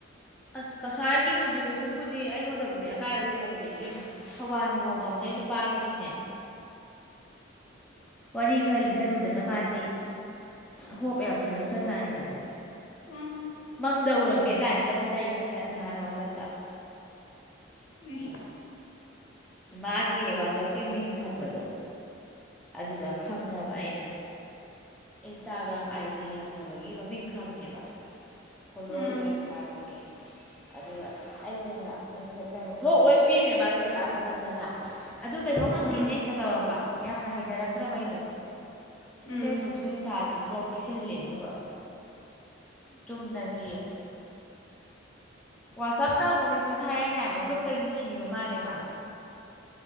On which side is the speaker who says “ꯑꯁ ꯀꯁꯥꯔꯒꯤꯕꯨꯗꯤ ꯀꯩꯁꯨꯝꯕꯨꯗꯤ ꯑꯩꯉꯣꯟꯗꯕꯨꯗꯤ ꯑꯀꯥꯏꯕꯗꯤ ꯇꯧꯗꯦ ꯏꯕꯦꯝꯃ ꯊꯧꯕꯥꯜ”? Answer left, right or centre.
Centre